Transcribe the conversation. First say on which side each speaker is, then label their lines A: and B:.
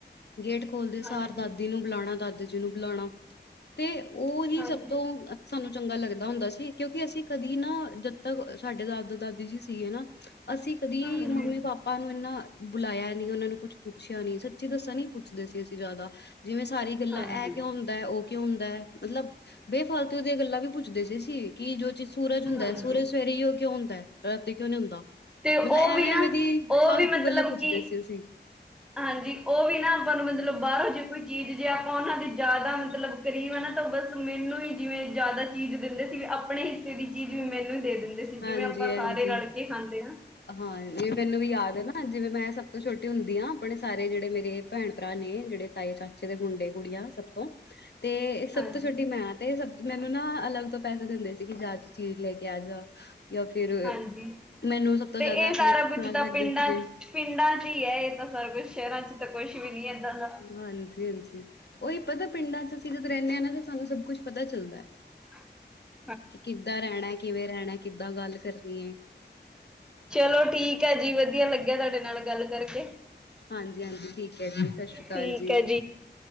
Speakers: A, on the left (about 65°); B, in the centre.
A: ਗੇਟ ਬੋਲਦੇ
B: ਹਾਂਜੀ,
A: ਸਾਰ ਦਾਦੀ ਨੂ ਬੁਲਾਣਾ, ਦਾਦਾ ਜੀ ਨੂ ਬੁਲਾਣਾ, ਤੇ ਓ ਹੀ
B: ਹਾਂਜੀ,
A: ਸਬ ਸਾਨੂ ਚੰਗਾ ਲਗਦਾ ਹੁੰਦਾ ਸੀ ਕਿਉਂਕਿ ਅਸੀ ਕਦੀ ਨਾ, ਜਦ ਤਕ ਸਾਡੇ ਦਾਦਾ ਦਾਦੀ ਜੀ ਸੀਗੇ ਨਾ ਅਸੀ ਕਦੀ
B: ਹਾਂਜੀ।
A: ਮੰਮੀ ਪਾਪਾ ਆਪਾਂ ਨੂ ਏਨਾ, ਬੁਲਾਆ ਨੀ ਓਨਾਂ ਨੂ ਕੁੱਛ ਪੁੱਛੇਆ ਨੀ, ਸੱਚੀ ਦਸਾਂ ਨੀ ਪੁੱਛਦੇ ਸੀ ਅਸੀ ਜਾਦਾ ਜਿਵੇਂ ਸਾਰੇ ਗਲਾ
B: ਹਾਂਜੀ,
A: ਐ ਕਉਂ ਹੁੰਦੈ, ਓ ਕਉਂ ਹੁੰਦੈ ਮਤਲਬ ਬੇਫਾਲਤੂ ਦੀਆਂ ਗੱਲਾਂ ਵੀ ਪੁੱਛਦੇ ਸੀ ਅਸੀ ਕਿ ਜੋ ਚੀਜ ਸੂਰਜ ਹੁੰਦੈ,
B: ਹਾਂਜੀ
A: ਸੂਰਜ ਸਵੇਰੇ ਹੀ ਓ ਕਉਂ ਹੁੰਦੈ, ਰਾਤੀ ਕਉਂ ਨੀ ਹੁੰਦਾ?
B: ਤੇ ਉਹ
A: ਮਤਲਬ ਐਵੇਂ,
B: ਵੀ ਨਾ
A: ਐਵੇਂ ਦੀ
B: ਉਹ
A: ਫਾਲਤੂ
B: ਵੀ ਮਤਲਬ
A: ਗਲਾਂ ਪੁੱਛਦੇ
B: ਕਿ
A: ਸੀ ਅਸੀ।
B: ਹਾਂਜੀ, ਓਵੀ ਨਾ ਆਪਾਂ ਨੂ ਮਤਲਬ ਬਾਰੋਂ ਜੇ ਕੋਈ ਚੀਜ ਜੇ ਆਪਾਂ ਓਨਾਂ ਦੇ ਜਾਦਾ ਮਤਲਬ ਗਰੀਬ ਆ ਨਾ ਤਾ ਬਸ ਮੈਨੂ ਈ ਜਿਵੇਂ ਜਾਦਾ ਚੀਜ ਦੇਂਦੇ ਸੀ ਵੀ ਅਪਣੇ ਹਿੱਸੇ ਦੀ ਚੀਜ ਵੀ ਮੈਨੂ ਈ ਦੇ ਦਿੰਦੇ ਸੀ ਜਿਵੇਂ
A: ਹਾਂਜੀ-ਹਾਂਜੀ।
B: ਆਪਾਂ ਸਾਰੇ ਰਲਕੇ ਖਾਂਦੇ ਹਾਂ।
A: ਹਾਂ ਏ ਮੈਨੂ ਵੀ ਯਾਦ ਏ ਨਾ, ਜਿਵੇਂ ਮੈਂ ਸਬ ਤੋਂ ਛੋਟੀ ਹੁੰਦੀ ਆਂ ਅਪਣੇ ਸਾਰੇ ਜੇੜੇ ਮੇਰੇ ਭੈਣ ਭਰਾ ਨੇ ਜਿਹੜੇ ਤਾਏ, ਚਾਚੇ ਦੇ ਮੁੰਡੇ, ਕੁੜੀਆਂ ਸਬ ਤੋਂ ਤੇ, ਸਬ
B: ਹਾਂਜੀ
A: ਤੋ ਛੋਟੀ ਮੈਂ ਆਂ ਤੇ ਸਬ ਮੈਨੂ ਨਾ, ਅਲਗ ਤੋਂ ਪੈਸੇ ਦਿੰਦੇ ਸੀ ਕਿ ਜਾ ਤੁ ਚੀਜ ਲੈ ਕੇ ਆ ਜਾ ਯਾ ਫਿਰ,
B: ਹਾਂਜੀ
A: ਮੈਨੂ ਸਬ ਤੋਂ
B: ਤੇ
A: ਜਾਦਾ
B: ਇਹ
A: ਅਪਨੇ
B: ਸਾਰਾ ਕੁਝ
A: ਨਾਲ
B: ਤਾਂ
A: ਰਖਦੇ
B: ਪਿੰਡਾਂ
A: ਸੀਗੇ।
B: 'ਚ ਪਿੰਡਾਂ ਚੀ ਏ ਏਤਾਂ ਸਾਰਾ ਕੁਛ ਸ਼ਹਿਰਾਂ ਵਿਚ ਤਾਂ ਕੁੱਸ਼ ਵੀ ਨੀ ਏਦਾਂ ਦਾ।
A: ਹਾਂਜੀ, ਹਾਂਜੀ ਓਈ ਪਤਾ ਪਿੰਡਾਂ ਚ ਅਸੀ ਜਦ ਰੈਨੇ ਆਨਾ ਤਾ ਸਾਨੂ ਸਬ ਕੁੱਛ ਪਤਾ ਚਲਦੈ।
B: <inaudible>
A: ਕਿ ਕਿੱਦਾਂ ਰੈਣਾ, ਕਿਵੇਂ ਰੈਣਾ, ਕਿੱਦਾਂ ਗਲ ਕਰਨੀ ਏ?
B: ਚਲੋ ਠੀਕੈ ਹੈ ਜੀ ਵਦੀਆ ਲਗੇਆ ਤੂਆਡੇ ਨਾਲ ਗਲ ਕਰਕੇ।
A: ਹਾਂਜੀ, ਹਾਂਜੀ ਠੀਕ ਐ ਜੀ ਸਤ ਸ਼੍ਰੀ ਅਕਾਲ
B: ਠੀਕ
A: ਜੀ।
B: ਹੈ